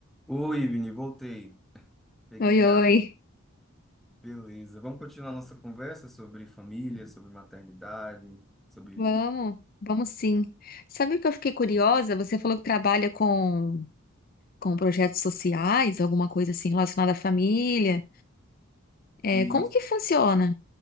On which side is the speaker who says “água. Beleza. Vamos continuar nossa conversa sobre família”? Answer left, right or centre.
Centre